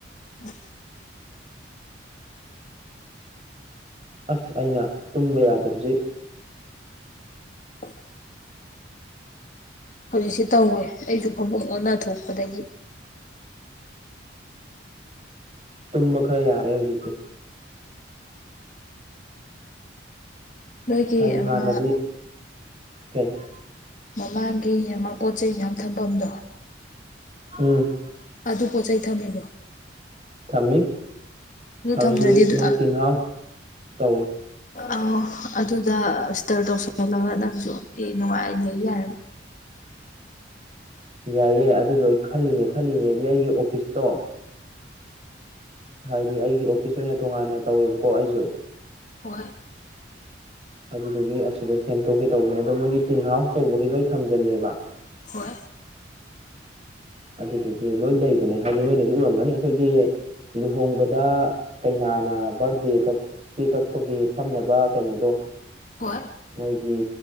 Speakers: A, on the left; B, on the right.
A: ꯑꯣ
B: ꯑꯁ ꯑꯩꯅ ꯇꯨꯝꯕ ꯌꯥꯗꯕꯁ
A: <inaudible> ꯍꯧꯖꯤꯛꯁꯤꯦ ꯇꯧꯋꯦ ꯑꯩꯁꯨ ꯈꯕꯨꯡ ꯑꯣꯟꯅ ꯊꯣꯛꯄꯗꯒꯤ
B: ꯇꯨꯝꯕ ꯈꯔ ꯌꯥꯔꯦ ꯍꯧꯖꯤꯛꯇꯤ
A: ꯅꯣꯏꯒꯤ
B: ꯍꯥꯏꯗꯤ
A: ꯑꯃ
B: ꯍꯥꯟꯅꯗꯤ ꯀꯩ
A: ꯃꯃꯥꯡꯒꯤ ꯃꯃ ꯄꯣꯠ ꯆꯩꯩ ꯃꯌꯥꯝ ꯊꯝꯐꯝꯗꯣ
B: ꯎꯝ
A: ꯑꯗꯨ ꯄꯣꯠ ꯆꯩ ꯆꯩ ꯊꯝꯃꯦꯕ
B: ꯊꯝꯃꯤ ꯍꯧꯖꯤꯛ
A: ꯊꯝꯗ꯭ꯔꯗꯤ ꯑꯗꯨ
B: ꯃꯣꯏ ꯇꯤꯜꯍꯥꯎ ꯇꯧꯏ
A: ꯑ ꯑꯗꯨꯗ ꯏꯁꯇꯔ ꯇꯧꯁꯜꯍꯜꯂꯒ ꯅꯪꯁꯨ ꯑꯦ ꯅꯨꯡꯉꯥꯏ ꯂꯩ ꯌꯥꯏꯔ
B: ꯌꯥꯏꯑꯦ ꯑꯗꯨꯗꯣ ꯑꯩ ꯈꯜꯂꯤꯅꯦ ꯈꯜꯂꯤꯅꯦꯗꯤ ꯑꯩꯒꯤ ꯑꯣꯐꯤꯁꯇꯣ ꯍꯥꯏꯗꯤ ꯑꯩꯒꯤ ꯑꯣꯐꯤꯁ ꯑꯣꯏꯅ ꯇꯣꯉꯥꯟꯅ ꯇꯧꯋꯦꯕꯀꯣ ꯑꯩꯁꯨ
A: ꯍꯣꯏ
B: ꯑꯗꯨꯗꯨꯒꯤ ꯑꯁꯤꯗ ꯁꯦꯝꯗꯣꯛꯀꯦ ꯇꯧꯕꯅꯦ ꯑꯗꯣ ꯃꯣꯏꯒꯤ ꯇꯤꯟ ꯍꯥꯎꯁ ꯇꯧꯕꯒꯤ ꯂꯣꯏ ꯊꯝꯖꯤꯜꯂꯦꯕ
A: ꯍꯣꯏ
B: ꯑꯗꯨꯗꯨꯒꯤ ꯂꯣꯏ ꯂꯩꯕꯅꯦ ꯍꯥꯏꯗꯤ ꯅꯣꯏꯅꯁꯨ ꯎꯔꯝꯒꯅꯤ ꯑꯩꯈꯣꯏꯒꯤ ꯂꯨꯍꯣꯡꯕꯗ ꯀꯩꯅꯥꯅ ꯕꯥꯔꯗꯦ ꯀꯛ ꯀꯦ ꯀꯛꯄꯒꯤ ꯐꯝꯅꯕ ꯀꯩꯅꯣꯗꯣ
A: ꯍꯣꯏ
B: ꯃꯣꯏꯒꯤ